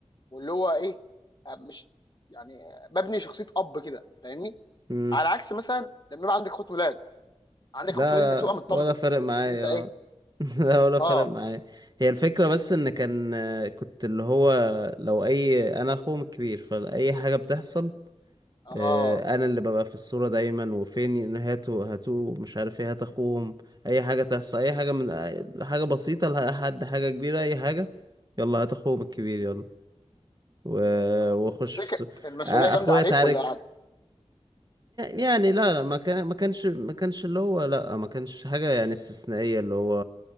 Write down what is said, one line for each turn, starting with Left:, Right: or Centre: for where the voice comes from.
Left: واللي هو ايه مش يعني ببني شخصيه اب كده فاهمني
Right: صح
Left: على عكس مثلا لما يبقى عندك اخوات ولاد عندك
Right: لا
Left: اخوات ولاد انت بتبقى
Right: لا
Left: مطمن
Right: ولا فارق
Left: كده تحس
Right: معايا
Left: ان انت ايه
Right: اه <laughs> لا ولا فارق
Left: اه
Right: معايا هي الفكرة بس ان كان آه، كنت اللي هو لو اي انا اخوهم الكبير فاي حاجة بتحصل
Left: اه
Right: آه، انا اللي ببقى في الصورة دايما وفين هاتوا هاتوا مش عارف ايه هات اخوهم اي حاجة تحصل اي حاجة من آه، حاجة بسيطة لحد حاجة كبيرة اي حاجة يلا هات اخوهم الكبير يلا
Left: مم.
Right: و-
Left: اه
Right: واخش
Left: طب ده
Right: في الصورة
Left: ك- كان مسؤولية
Right: اخويا
Left: جامدة عليك
Right: تعارك
Left: ولا عادي؟
Right: يعني لا لا ما كان ما كانش ما كانش اللي هو لا ما كانش حاجة يعني استثنائية اللي هو